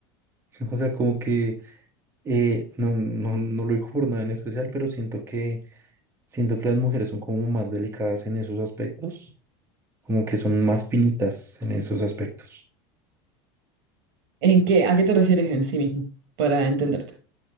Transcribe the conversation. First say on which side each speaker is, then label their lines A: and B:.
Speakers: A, on the right; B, on the right.
A: <laughs> O sea, como que eh, no, no, no lo digo por nada en especial, pero siento que... Siento que las mujeres son como más delicadas en esos aspectos como que son más finitas en esos aspectos.
B: ¿En qué? ¿A qué te refieres en sí mismo? Para entenderte.